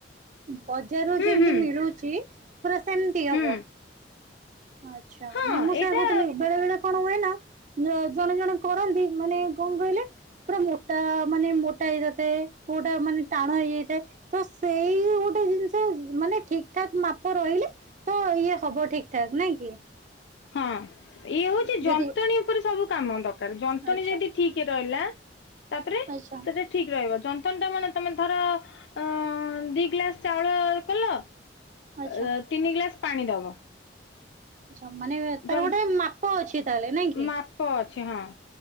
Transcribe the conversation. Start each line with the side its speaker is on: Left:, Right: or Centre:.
Right: ବଜାରରୁ
Left: ହୁଁ
Right: ଯେମିତି
Left: ହୁଁ
Right: ମିଳୁଚି ପୁରା ସେମିତି
Left: ହୁଁ
Right: ହବ? ଆଚ୍ଛା
Left: ହଁ
Right: ନାଇଁ ମୁଁ ସେୟା
Left: ଏଇଟା
Right: କହୁଥିଲି ବେଳେ ବେଳେ କଣ ହୁଏ ନା ଜଣେ ଜଣେ କରନ୍ତି ମାନେ କଣ କହିଲେ ପୁରା ମୋଟା ମାନେ ମୋଟା ହେଇଯାଇଥାଏ। କୋଉଟା ମାନେ ଟାଣ ହେଇଯାଇଥାଏ ତ ସେଇଆ ଗୋଟେ ଜିନିଷ ମାନେ ଠିକ୍ ଠାକ୍ ମା ପ ରହିଲେ ତ ଇଏ ହବ ଠିକ୍ ଠାକ୍ ନାଇଁ କି?
Left: ହଁ ଇଏ ହଉଚି ଯନ୍ତଣୀ
Right: ଯଦି
Left: ଉପରେ ସବୁ କାମ ଦକାର ଯନ୍ତଣୀ
Right: ଆଚ୍ଛା
Left: ଯଦି ଠିକ୍ ରହିଲା ତାପରେ
Right: ଆଚ୍ଛା
Left: ସେଟା ଠିକ୍ ରହିବ। ଯନ୍ତଣି ଟା ମାନେ ତମେ ଧର ଅଁ ଦି ଗ୍ଲାସ୍ ଚାଉଳ କଲ
Right: ଆଚ୍ଛା
Left: ର ତିନି ଗ୍ଲାସ୍ ପାଣି ଦବ।
Right: ଆଚ୍ଛା ମାନେ
Left: ଯ
Right: ତାର ଗୋଟେ ମାପ ଅଛି ତାହାଲେ ନାଇଁ କି?
Left: ମାପ ଅଛି ହଁ